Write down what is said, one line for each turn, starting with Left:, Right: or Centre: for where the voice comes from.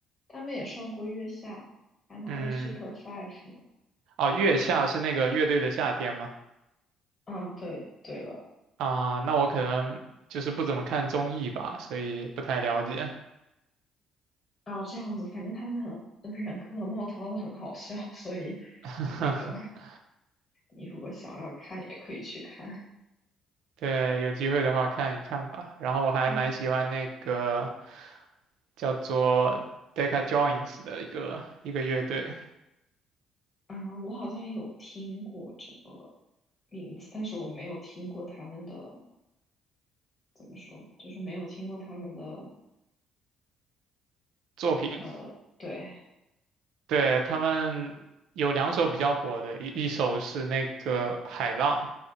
Left: 他们也上过月下，还拿了
Right: 嗯，
Left: Super Five 呢。
Right: 哦，月下是那个乐队的夏天吗？
Left: 啊，对对了，
Right: 啊，那我可能就是不怎么看综艺吧，所以不太了解。
Left: 然后这样子，反正他们很任科和茂涛都很好笑，所以你那个。
Right: <laughs>
Left: 你如果想要看，也可以去看。
Right: 对，有机会的话看一看吧。然后我还蛮喜欢那个。
Left: 我
Right: 叫做 Decca Joins 的一个一个乐队
Left: 啊，我好像有听过这个名字，但是我没有听过他们的，怎么说，就是没有听过他们的，
Right: 作品。
Left: 呃，对，
Right: 对，他们有两首比较火的，一一首是那个海浪，